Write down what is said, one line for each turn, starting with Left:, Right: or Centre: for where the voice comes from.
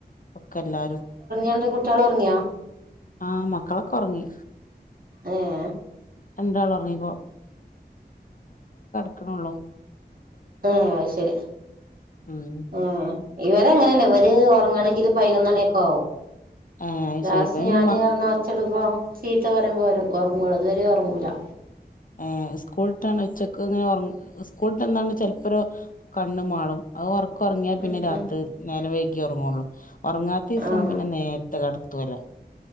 Left: ഒക്കെ എല്ലാരും
Right: ന്ന്ട്ട് കുട്ട്യാള് ഒറങ്യോ
Left: ആ മക്കളൊക്കെ ഒറങ്ങി
Right: ഏഹ്
Left: രണ്ടാള് ഒറങ്ങിപോ ക്ക്ണോള്ളൂ
Right: ഏ അത് ശെരി
Left: ഉം
Right: ഏ ഇവരങ്ങനെന്നെ ഇവര് ഒറങ്ങണെങ്കി പയിനൊന്നണിയൊക്കെ ആവും
Left: ഏ
Right: ലാസ്റ്റ്
Left: ശരി ഇവൻ
Right: ഞാന് കടന്ന് ഒച്ചട്മ്പോ ചീത്ത പറയുമ്പോ ഓര് ഒറങ്ങോള്ളൂ അത് വ രെ ഒങ്ങൂലാ
Left: ഏ സ്കൂൾ ട്ടാണ് ഉച്ചക്ക്ങ്ങനെ ഒറ സ്കൂള്ട്ട്ന്നാണ്ട് ചെലപ്പോര് കണ്ണ് മാളും അത് ഒ ക്കൊറങ്ങിയാ പിന്നെ
Right: ഉം
Left: രാത്
Right: ഉം
Left: നേരം വൈകിയേ ഒറങ്ങോള്ളൂ ഒറങ്ങാത്തീസം
Right: ആഹ്
Left: പിന്നെ നേരത്തെ കട ത്തൊലേ